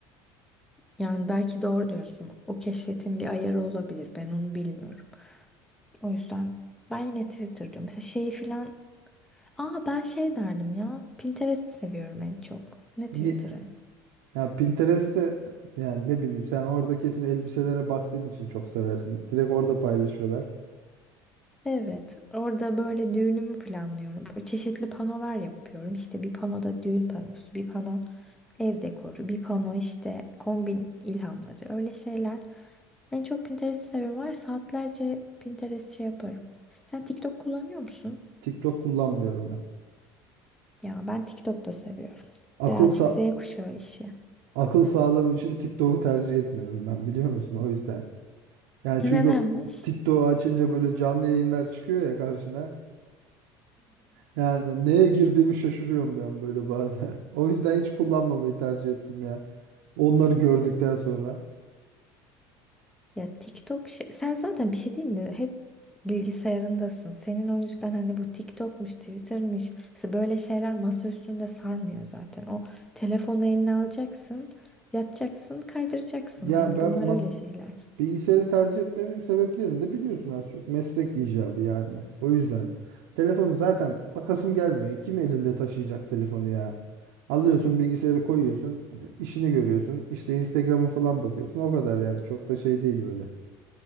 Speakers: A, in the centre; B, on the right (about 85°).
A: Yani belki doğru diyorsun. O keşfetin bir ayarı olabilir. Ben onu bilmiyorum. O yüzden ben yine Twitter diyorum. Mesela şeyi filan. Aa ben şey derdim ya. Pinterest seviyorum en çok. Ne
B: Ni-
A: Twitter'ı?
B: Ya Pinterest'te yani ne bileyim sen orada kesin elbiselere baktığın için çok seversin. Direkt orada paylaşıyorlar.
A: Evet, orada böyle düğünümü planlıyorum. Böyle çeşitli panolar yapıyorum. İşte bir panoda düğün panosu, bir pano ev dekoru, bir pano işte kombin ilhamları, öyle şeyler. En çok Pinterest'i seviyorum var. ya, Saatlerce Pinterest şey yaparım. Sen TikTok kullanıyor musun?
B: TikTok kullanmıyorum ben.
A: Ya ben TikTok da seviyorum.
B: Akıl
A: Birazcık
B: sa
A: Z kuşağı işi.
B: akıl sağlığım için TikTok'u tercih etmiyorum ben biliyor musun? O yüzden. Yani
A: <laughs>
B: çünkü
A: Nedenmiş?
B: TikTok'u açınca böyle canlı yayınlar çıkıyor ya karşına. Yani neye girdiğimi şaşırıyorum bir an böyle bazen. <laughs> O yüzden hiç kullanmamayı tercih ettim ya. Onları gördükten sonra.
A: Ya TikTok şey, sen zaten bir şey değil mi? Hep bilgisayarındasın. Senin o yüzden hani bu TikTok'muş, Twitter'mış. Mesela böyle şeyler masa üstünde sarmıyor zaten. O telefonu eline alacaksın, yatacaksın, kaydıracaksın.
B: Yani
A: Yani
B: ben
A: bunlar
B: mas
A: öyle şeyler.
B: bilgisayarı tercih etmemin sebeplerini de biliyorsun az çok. Meslek icabı yani. O yüzden. Telefonu zaten bakasım gelmiyor. Kim elinde taşıyacak telefonu ya? Alıyorsun bilgisayarı koyuyorsun. işini görüyorsun. İşte Instagram'a falan bakıyorsun. O kadar yani. Çok da şey değil böyle.